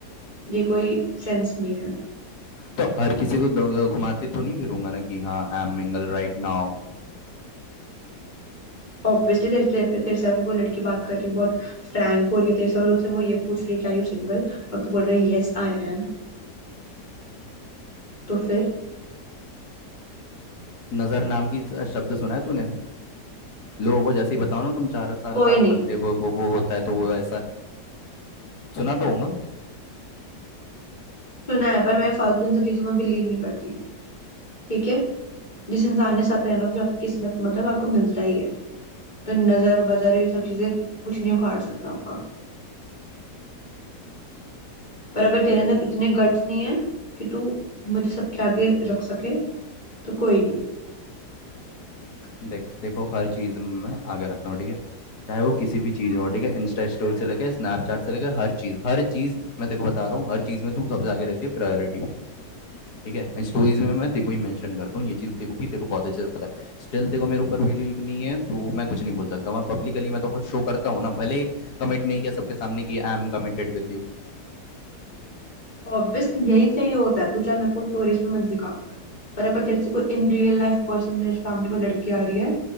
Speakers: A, on the left; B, on the left.
A: ये कोई सेंस नहीं है
B: तो हर किसी को द- घुमाते तो नहीं फिरूंगा ना कि हाँ I am mingle right now
A: ऑब्वियसली तेरे तेरे पे तेरे से आके कोई लड़की बात कर रही है बहुत फ्रैंक हो रही है तेरे से और तुझसे वो ये पूछ रही है क्या यू सिंगल और तू बोल रहा है यस आई एम तो फिर
B: नजर नाम की शब्द सुना है तूने लोगों को जैसे ही बताओ ना तुम चार साल
A: कोई
B: पांच
A: नहीं
B: साल के वो वो वो होता है तो वो ऐसा सुना तो होगा
A: सुना है पर मैं फालतू इन सब चीजों में बिलीव नहीं करती ठीक है जिस इंसान ने साथ रहना तो जो आपकी किस्मत में होता है वो आपको मिलता ही है तो नजर वजर ये सब चीजें कुछ नहीं उखाड़ सकता आपका पर अगर तेरे अंदर इतने गट्स नहीं है कि तू मुझे सबके आगे रख सके तो कोई नहीं
B: देख देख देखो हर चीज में आगे रखता हूँ ठीक है चाहे वो किसी भी चीज में हो ठीक है इंस्टा स्टोरी से लेके स्नैपचैट से लेके हर चीज हर चीज मैं तेको बता रहा हूँ हर चीज में तू सबसे आगे रहती है प्रायोरिटी में ठीक है स्टोरीज में मैं तेको ही मेंशन करता हूँ ये चीज तेको भी तेको बहुत अच्छे से पता है स्टिल तेको मेरे ऊपर बिलीव नहीं है तो मैं कुछ नहीं बोल सकता मैं पब्लिकली मैं तो शो करता हूँ ना भले कमिट नहीं किया सबके सामने कि I am committed with you
A: ऑब्वियसली यही चाहिए होता है तू चाहे मेरे को स्टोरीज पे मत दिखा पर अगर तेरे से कोई इन रियल लाइफ पर्सन तेरे सामने कोई लड़की आ रही है